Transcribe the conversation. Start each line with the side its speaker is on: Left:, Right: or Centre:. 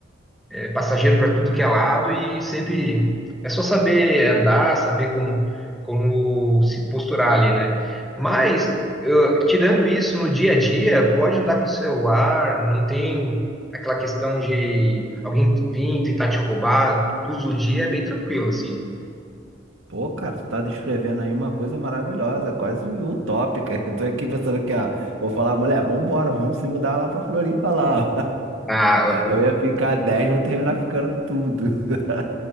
Centre: é passageiro para tudo que é lado e sempre é só saber andar, saber como, como se posturar ali, né? Mas eu- tirando isso no dia a dia, pode andar com o celular, não tem aquela questão de alguém vir tentar te roubar, todo dia é bem tranquilo assim.
Right: Pô, cara, tu tá descrevendo aí uma coisa maravilhosa, quase utópica. <laughs> Eu tô aqui pensando aqui, ó. Vou falar, mulher, vambora, vamos se mudar lá pra Floripa lá,
Centre: Ah,
Right: ó. <laughs> Eu ia ficar 10, vou terminar ficando tudo. <laughs>